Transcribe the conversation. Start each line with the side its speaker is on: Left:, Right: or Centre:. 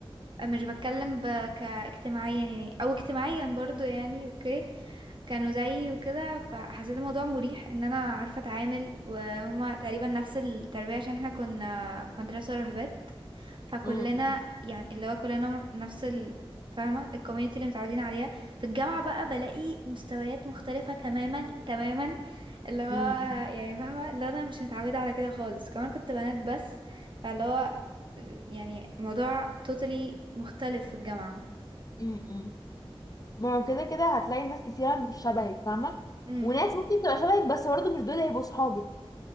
Right: مش بتكلم ب... كاجتماعيا يعني او اجتماعيا برضو يعني اوكي كانوا زيي وكده فحسيت الموضوع مريح ان انا عارفه اتعامل وهما تقريبا نفس التربيه عشان احنا كنا في مدرسه راهبات فكلنا
Left: م-
Right: يعني اللي هو كلنا نفس ال فاهمه الكوميونتي اللي متعودين عليها في الجامعه بقى بلاقي مستويات مختلفه تماما تماما اللي هو
Left: م- م-
Right: يعني فاهمه اللي انا مش متعوده على كده خالص كمان كنت بنات بس فاللي هو يعني الموضوع توتالي مختلف في الجامعه
Left: م- ما هو كده كده هتلاقي ناس كتيرة مش شبهك فاهمة
Right: امم
Left: وناس ممكن تبقى شبهك بس برضه مش دول هيبقوا صحابك